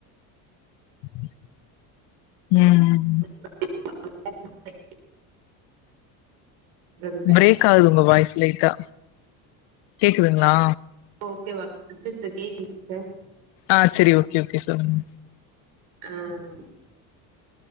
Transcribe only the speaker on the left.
ம் ம்
பிரேக் ஆகுது உங்க வாய்ஸ் லைட்டா கேக்குதுங்ளா
ஆ செரி ஓகே ஓகே சொல்லுங்க